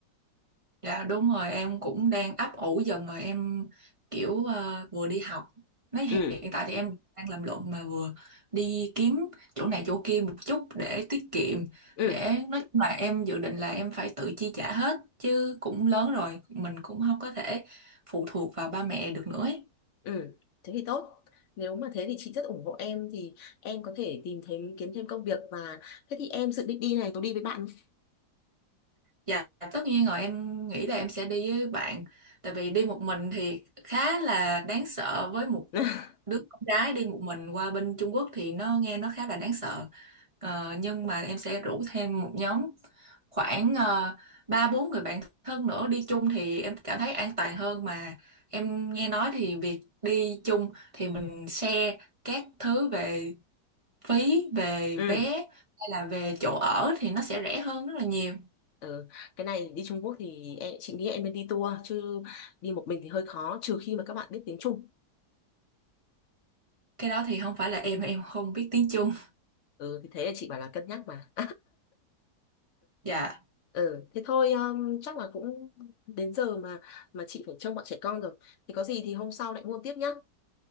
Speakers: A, on the right (about 25°); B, on the left (about 55°).
A: Dạ đúng rồi em cũng đang ấp ủ dần rồi em kiểu ờ, vừa đi học nói hiện
B: ừ
A: tại thì em đang làm luận mà vừa đi kiếm chỗ này chỗ kia một chút để tiết kiệm
B: ừ
A: để nói chung là em dự định là em phải tự chi trả hết chứ cũng lớn rồi mình cũng không có thể phụ thuộc vào ba mẹ được nữa ấy.
B: Ừ, thế thì tốt. Nếu mà thế thì chị rất ủng hộ em thì em có thể tìm thêm kiếm thêm công việc và thế thì em dự định đi này có đi với bạn không?
A: Dạ tất nhiên rồi em nghĩ là em sẽ đi với bạn Tại vì đi một mình thì khá là đáng sợ Với một
B: <laughs>
A: đứa con gái đi một mình qua bên Trung Quốc Thì nó nghe nó khá là đáng sợ Ờ, Nhưng mà em sẽ rủ thêm một nhóm khoảng ờ, ba bốn người bạn thân nữa đi chung thì em cảm thấy an toàn hơn mà em nghe nói thì việc đi chung thì mình share các thứ về phí về
B: ừ
A: vé hay là về chỗ ở thì nó sẽ rẻ hơn rất là nhiều
B: Ừ, cái này đi Trung Quốc thì em, chị nghĩ em nên đi tour chứ đi một mình thì hơi khó trừ khi mà các bạn biết tiếng Trung.
A: cái đó thì không phải là em em không biết tiếng Trung
B: Ừ thì thế là chị bảo là cân nhắc mà.
A: dạ
B: Ừ, thế thôi um, chắc là cũng đến giờ mà mà chị phải trông bọn trẻ con rồi. Thì có gì thì hôm sau lại mua tiếp nhá.